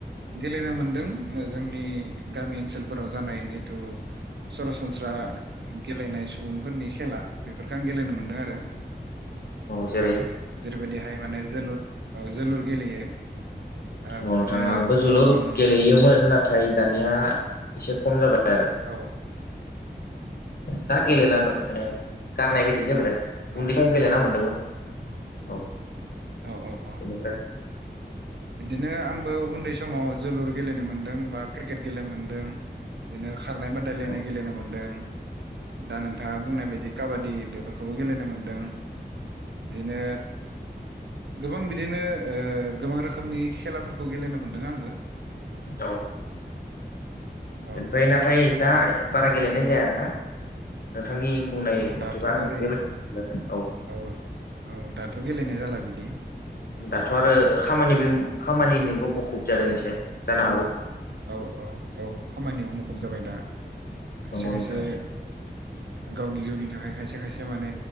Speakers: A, on the right; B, on the left.
A: गेलेनो मोनदों जों जोंनि गामि जानाय ओनसोलफोराव जानाय जेहेथु सरासनस्रा गेलेनाय सुबुंफोरनि खेला बेफोरखो आं गेलेनो मोनदों आरो।
B: औ
A: ओ
B: जेरै
A: जेरैबायदिहाय माने जोलुर ओ जोलुर गेलेयो। ओ
B: औ
A: बिदिनो
B: नोंथां आंबो जोलुर
A: सम सम
B: गेलेयोमोन नाथाय दानिया एसे खम जाबाय आरो।
A: औव
B: दा गेलेला
A: औ
B: गारनाय
A: औ
B: बायदि जाबाय।
A: औ
B: उन्दै समाव गेलेना मोनदोंमोन। औ
A: औ औ औ
B: <unintelligible>
A: बिदिनो आंबो उन्दै समाव जोलुर गेलेनो मोनदों बा क्रिकेट गेलेनो मोन्दों। बिदिनो खारनाय बादायलायनाय
B: औ
A: गेलेनो मोनदों दा नों थाङा बुंनाय बायदि काबादि बेफोरखौबो गेलेनो मोनदों। बिदिनो गोबां बिदिनो ओ गोबां रोखोमनि खेलाफोरखौ गेलेनो मोनदों आंबो।
B: औ
A: औ
B: ओमफाय नाथाय दा बारा
A: दा
B: गेलेनाय जाया आरोना नोंथांनि बुंनाय
A: औ दाथ'
B: मथेबा
A: ओरै
B: बेबायदि बुंनागोन। औ
A: औ औ दाथ' गेलेनाय जाला बिदि।
B: दाथ' आरो खामानिबो खामानिनिबो मुखुब जादों एसे जानो हागौ।
A: औ औ औ खामानियाव मुखुब जाबाय दा खायसे
B: नंगौ
A: खायसे
B: नोंथां
A: गावनि जिउनि थाखाय खायसे खायसे माने